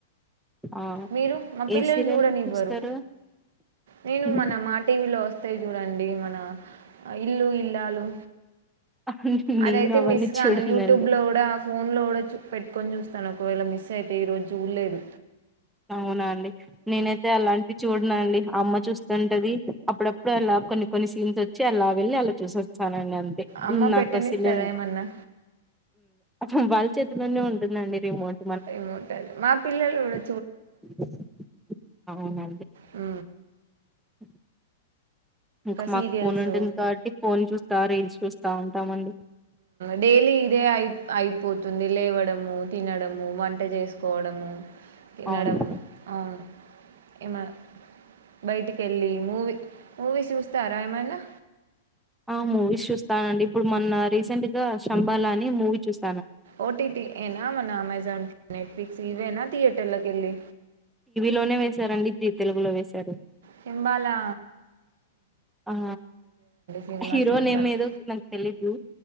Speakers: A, in the centre; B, on the right.
A: ఆ
B: మీరు మా పిల్లలు
A: ఏ సీరియల్
B: చూడనివ్వరు
A: చూస్తారు
B: నేను
A: హ్మ్.
B: మన మా టీవీలో వస్తయి చూడండి మన ఇల్లు ఇల్లాలు
A: అవునండి నేన్
B: అదైతే
A: అవన్నీ
B: మిస్ కాను
A: చూడనండి
B: యూట్యూబ్లో కూడా ఫోన్లో గుడా చూ పెట్టుకొని చూస్తాను ఒకవేళ మిస్ అయితే ఈరోజు చూడ్లేదు
A: అవునాఅండి. నేనైతే అలాంటివి చూడనండి అమ్మ చూస్తుంటది అప్పుడప్పుడు అలా కొన్ని కొన్ని సీన్స్ వచ్చి అలా వెళ్ళి అలా చూసోస్తానండి. అంటే
B: అమ్మ
A: నా
B: పెట్టనిస్తదా
A: <inaudible>
B: ఏమన్నా
A: హ్మ్ వాళ్ళ చేతుల్లోనే ఉండందండి రిమోట్
B: ఏమంటారు మా పిల్లలు గుడా
A: <inaudible> అవునా
B: అ
A: <inaudible> ఇంకా మాకు
B: సీరియల్స్
A: ఫోన్ ఉంటుంది. కాబట్టి ఫోన్ చూసి రీల్స్ చూస్తా ఉంటామండి.
B: డైలీ ఇదే అయి అయిపోతుంది లేవ తినడము వంట చే చేసుకోవడం తిన్నడము
A: అవును
B: అవును ఏమనా బయటికి వెళ్ళి మూవీ మూవీ చూస్తారా ఏమైనా.
A: ఆ మూవీస్ చూస్తానండి ఇప్పుడు మొన్న రీసెంట్ గా శంబాలా అని మూవీ చూస్తా.
B: ఓటిటి ఏనా మన అమెజాన్ నెట్ఫ్లిక్స్ ఇవ్వేనా థియటర్లోకేలి
A: లోనే వేసారండి, జీ తెలుగులో వేసారు.
B: శంభాల
A: ఆ
B: సినిమాస్
A: హీరో
B: నేను
A: నేమ్
B: తక్కు
A: ఏదో నాకు తెలీదు.